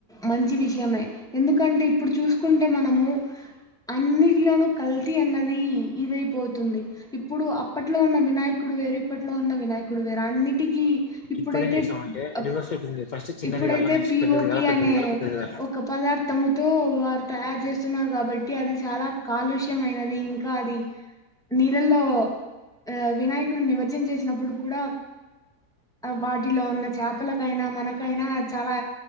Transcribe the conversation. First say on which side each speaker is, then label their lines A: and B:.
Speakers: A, in the centre; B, on the left (about 55°).
A: మంచి విషయమే ఎందుకంటే ఇప్పుడు చూసుకుంటే మనము అన్నిటిలోనూ కల్తీ అన్నది ఇదైపోతుంది ఇప్పుడు అప్పట్లో ఉన్న వినాయకుడు వేరు ఇప్పట్లో ఉన్న వినాయకుడు వేరు అన్నిటికీ ఇప్పుడైతే
B: ఇప్పుడేం చేసామంటే
A: అప్
B: రివర్స్ అవుతుంది ఫస్ట్ చిన్నది
A: ఇప్పుడైతే
B: కాల నెక్స్ట్
A: పిఓపి
B: పెద్దది కాల పెద్దది
A: అనే
B: కాల పెద్దది కాల
A: ఒక పదార్థము తో వారు తయారు చేస్తున్నారు కాబట్టి అది చాలా కాలుష్యమైనది ఇంకా అది నీలల్లో ఆ వినాయకుడిని నిమజ్జనం చేసినప్పుడు కూడా వాటిలో ఉన్న చేపలకైనా మనకైనా చాలా